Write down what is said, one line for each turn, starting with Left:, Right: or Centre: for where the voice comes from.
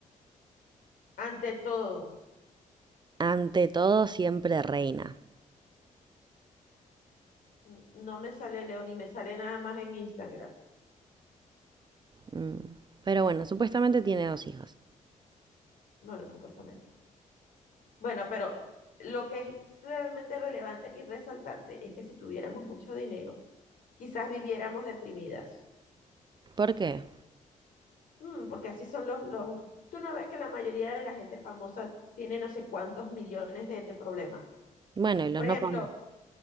Left: Ante todo,
Right: Ante todo, siempre reina.
Left: n- no me sale Leoni, me sale nada más en Instagram.
Right: Mm. Pero bueno, supuestamente tiene dos hijas.
Left: Bueno, supuestamente. Bueno, pero lo que es realmente relevante y resaltante es que si tuviéramos mucho dinero, quizás viviéramos deprimidas.
Right: ¿Por qué?
Left: Mm, porque así son los, los... Tú no ves que la mayoría de la gente famosa tiene no sé cuántos millones de, de problemas.
Right: Bueno, y los
Left: Por ejemplo,
Right: no pon-